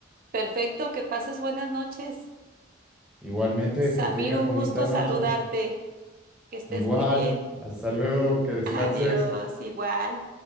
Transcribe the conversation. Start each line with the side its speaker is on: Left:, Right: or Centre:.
Right: Perfecto, que pases buenas noches.
Centre: Igualmente,
Right: Samir,
Centre: que tengas
Right: un
Centre: bonita
Right: gusto
Centre: noche.
Right: saludarte. Que estés
Centre: Igual,
Right: muy bien.
Centre: hasta luego, que descanses.
Right: Adiós, igual.